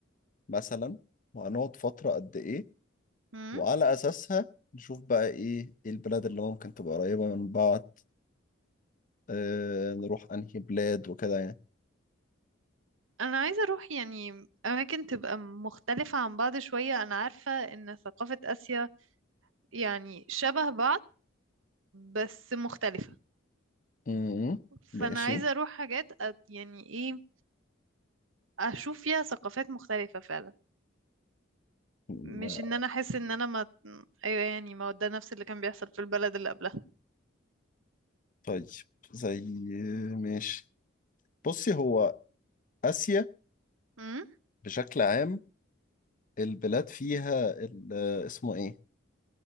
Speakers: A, on the left (about 40°); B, on the right (about 75°).
A: مثلا وهنقعد فترة قد ايه
B: مم.
A: وعلى اساسها نشوف بقى ايه ايه البلاد اللي ممكن تبقى قريبة من بعض اه نروح انهي بلاد وكده يعني
B: أنا عايزة أروح يعني أماكن تبقى مختلفة عن بعض شوية أنا عارفة إن ثقافة آسيا يعني شبه بعض بس مختلفة
A: امم
B: فأنا
A: ماشي
B: عايزة أروح حاجات أت- يعني إيه أشوف فيها ثقافات مختلفة فعلا
A: ما-
B: مش إن أنا أحس إن أنا ما أيوة يعني ما هو ده نفس اللي كان بيحصل في البلد اللي قبلها
A: طيب زي ماشي بصي هو اسيا
B: مم.
A: بشكل عام البلاد فيها ال- اسمه ايه